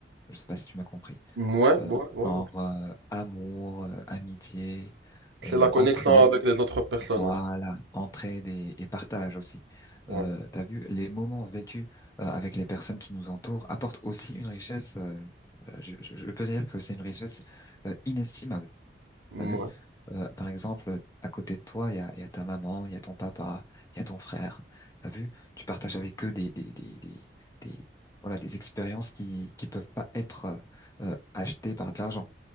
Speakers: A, on the left; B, on the right.
A: Je sais pas si tu m'as compris.
B: ouais, ouais,
A: Euh,
B: ouais.
A: genre,
B: ouais.
A: euh, amour, euh, amitié,
B: C'est
A: euh,
B: la connexion
A: entraide.
B: avec les autres personnes.
A: Voilà, entraide et, et partage aussi.
B: Ouais,
A: Euh, t'as vu, les moments vécus euh, avec les personnes qui nous entourent apportent aussi une richesse. euh, euh, je, je- je peux dire que c'est une richesse euh, inestimable.
B: ouais,
A: T'as vu? Euh, par exemple, à côté de toi, il y a, il y a ta maman, il y a ton papa, il y a ton frère. T'as vu? Tu partages avec eux des, des, des, des, des- voilà, des expériences qui qui peuvent pas être euh, euh, achetées par de l'argent